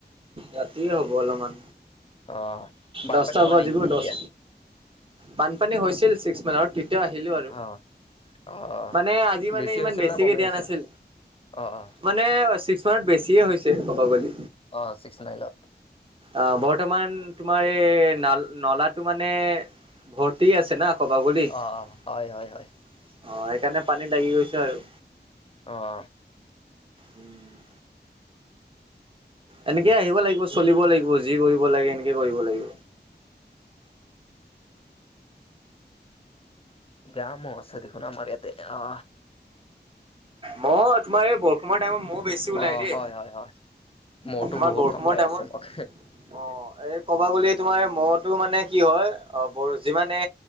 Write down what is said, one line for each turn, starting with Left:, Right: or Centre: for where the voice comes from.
Right: ৰাতিয়ে হব অলপমান
Left: অ বানপানী
Right: দশটা
Left: হোৱা
Right: বাজিব
Left: নাই নেকি এতিয়া?
Right: দশ বানপানী হৈছিল ছিক্স মানত তেতিয়া আহিলোঁ আৰু
Left: অ অ
Right: মানে আজি মানে
Left: বেছি
Right: ইমান
Left: হৈছিল
Right: বেছিকে
Left: না কমেই
Right: দিয়া
Left: হৈছিল?
Right: নাছিল।
Left: অ অ
Right: মানে ছিক্স মানত বেছিয়ে হৈছে কবগলে,
Left: অ চিক্স নাই লোৱা
Right: অ বৰ্তমান তোমাৰ এই ন নলাটো মানে ভৰ্তি আছে না কবা বুলি অ
Left: অ অ হয় হয় হয়
Right: সেইকাৰণে পানী বাঢ়ি গৈছে আৰু
Left: অ অ
Right: উম এনেকে আহিব লাগিব চলিব লাগিব যি কৰিব লাগে এনেকে কৰিব লাগিব
Left: ব্যায়ামো আছে দেখোন আমাৰ ইয়াত তে অ
Right: মহ তোমাৰ এই কিছুমান টাইমত মহ বেছি ওলাই
Left: অ
Right: দেই
Left: হয় হয় হয় মহতো
Right: তোমাৰ
Left: বহুত
Right: বৰষুণৰ
Left: কামৰাই
Right: টাইমত
Left: আছে মোক
Right: অ এই কব গলে তোমাৰ মহ টো মানে কি হয় অ বৰ যিমানে